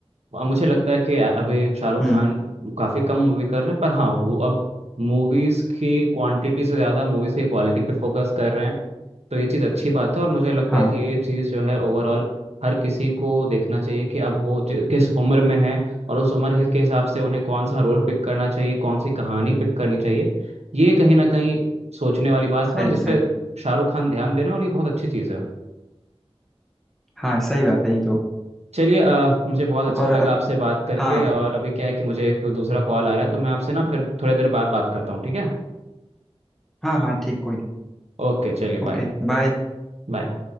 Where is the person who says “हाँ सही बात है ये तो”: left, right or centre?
Centre